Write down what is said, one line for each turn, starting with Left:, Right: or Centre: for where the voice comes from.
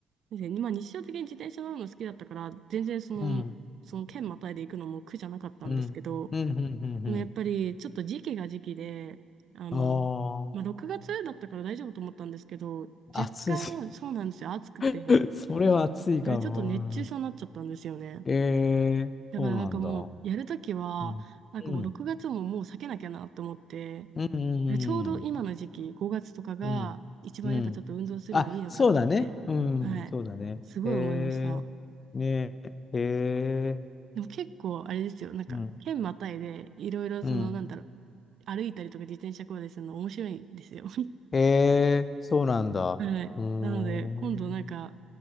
Right: う、でまあ日常的に自転車乗るの好きだったから、全然その、
Left: うん。
Right: その県またいで行くのも苦じゃなかったんですけど、
Left: うん。うん。うん。うん。
Right: でもやっぱりちょっと時期が時期で、
Left: うん。
Right: あの、
Left: あ
Right: まあ、
Left: あ、
Right: 6月だったから大丈夫と思ったんですけど、
Left: 暑い。
Right: 若干そうなんですよ、暑くて、
Left: <laughs>
Right: ね、
Left: それは暑いかも。
Right: ちょっと熱中症になっちゃったんですよね。
Left: うんえー、
Right: だからなんかもう、
Left: そうなんだ。
Right: やるときは、
Left: うん。
Right: なんかもう6月ももう避けなきゃなと思って、
Left: うん。うん。
Right: あれちょうど今の時期、5月とかが一番やっぱちょっと運動するのいいのかなって、
Left: うん。うん。うんあ、そうだね。うん。
Right: はい、
Left: そうだね。
Right: すごい思いました。
Left: えー、ねえ、え
Right: でも結構あれですよ、なんか、
Left: ー、うん。
Right: 県またいで、いろいろその、
Left: うん。
Right: なんだろう、歩いたりとか自転車こいでするの面白いんですよ。<laughs>
Left: えー、そうなんだ。うーん。
Right: はい。なので、今度なんか、